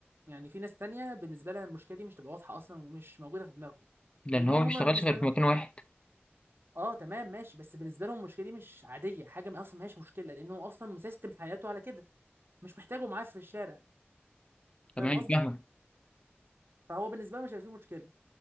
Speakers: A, on the right; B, on the left.
A: يعني في ناس تانية بالنسبه لها المشكله دي مش تبقى واضحه اصلا ومش موجوده في دماغهم
B: لان
A: لان
B: هو
A: هم
B: ما بيشتغلش
A: هما بالنسبه
B: غير
A: لهم
B: في مكان واحد
A: اه تمام ماشي بس بالنسبه لهم المشكله دي مش عاديه حاجه ما اصلا ما هيش مشكله لان هو اصلا مسيستم حياته على كده مش محتاجه معاه في الشارع فاهم
B: تمام
A: قصدي
B: فاهمك
A: فهو بالنسبه له مش هيبقى فيه مشكله